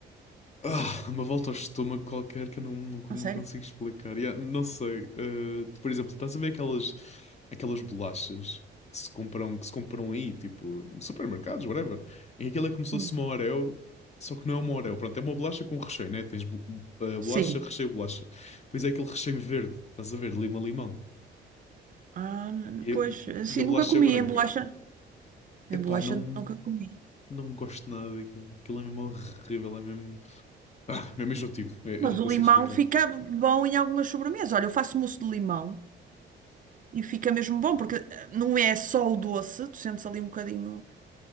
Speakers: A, on the left (about 35°); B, on the right (about 40°).
A: ah, uma volta ao estômago qualquer que eu não, não,
B: A
A: não
B: sério?
A: consigo explicar. Yeah, não sei, eh, por exemplo, estás a ver aquelas, aquelas bolachas que se compram, que se compram aí, tipo, em supermercados, whatever. E aquilo é como se fosse
B: Hum.
A: uma Oreo, só que não é uma Oreo, pronto, é uma bolacha com recheio, né? Tens bo- eh, bolacha,
B: Sim.
A: recheio, bolacha. Pois é aquele recheio verde, estás a ver, lima-limão.
B: Ah,
A: E,
B: pois,
A: a- e,
B: assim,
A: e a bolacha
B: nunca comi
A: é branca.
B: em bolacha. Em
A: Epá,
B: bolacha
A: não,
B: nunca comi.
A: não gosto nada daquilo. Aquilo é mesmo horrível, é mesmo. Ah, mesmo enjoativo. É,
B: Mas
A: Eu não consigo
B: o limão
A: explicar.
B: fica bom em algumas sobremesas. Olha, eu faço mousse de limão e fica mesmo bom, porque eh, não é só o doce, tu sentes ali um bocadinho